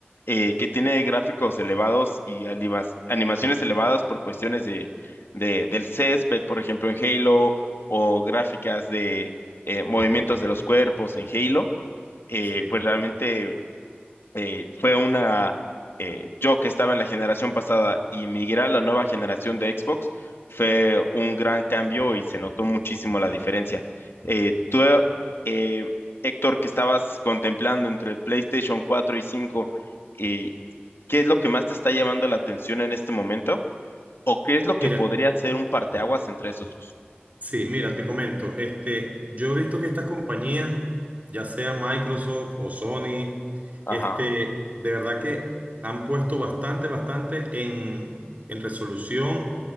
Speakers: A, on the left (about 70°); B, on the right (about 40°).
A: eh, que tiene gráficos elevados y anima- animaciones elevadas por cuestiones de, de- del césped, por ejemplo, en Halo, o gráficas de eh, movimientos de los cuerpos en Halo eh,
B: Sí.
A: pues realmente eh, fue una, eh, yo que estaba en la generación pasada y migrar a la nueva generación de Xbox fue un gran cambio y se notó muchísimo la diferencia. Eh, tú, eh, Héctor, que estabas contemplando entre el PlayStation 4 y cinco eh, ¿qué es lo que más te está llamando la atención en este momento? ¿O qué es lo que
B: Mira,
A: podría ser un parteaguas entre esos dos?
B: Sí, mira, te comento, este, yo he visto que estas compañías, ya sea Microsoft o Sony,
A: Ajá,
B: este, de verdad que han puesto bastante, bastante en, en resolución,